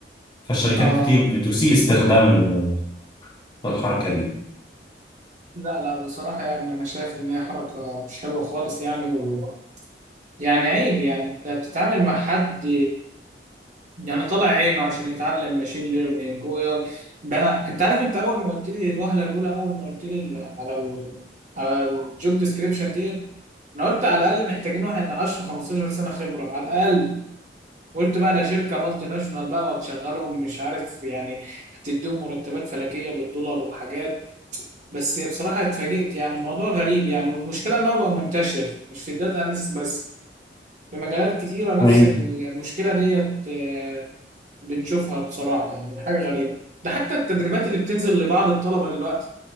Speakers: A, on the left (about 25°); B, on the right (about 45°).
A: فالشركات
B: اه
A: كتير بتسيء استخدام ال- الحركه دي
B: لا لا بصراحة يعني انا شايف ان هي حركة مش حلوة خالص يعني و... يعني عيب يعني انت بتتعامل مع حد يعني طالع عينه عشان يتعلم ماشين ليرنينج واي اي ده انا انت عارف انت اول ما قلت لي الوهله الاولى اول ما قلت لي ال- على ال... على الجوب ديسكريبشن ديت انا قلت على الاقل محتاجين واحد 10 15 سنه خبره على الاقل قلت بقى ده شركه مالتي ناشونال بقى وهتشغلهم مش عارف يعني هتديهم مرتبات فلكيه بالدولار وحاجات بس بصراحه اتفاجئت يعني الموضوع غريب يعني والمشكله ان هو بقى منتشر مش في الداتا اناليست بس في مجالات كتيرة نفس
A: ايوه
B: المشكلة ديت آه، بنشوفها بصراحة يعني حاجة غريبة ده حتى التدريبات اللي بتنزل لبعض الطلبة دلوقتي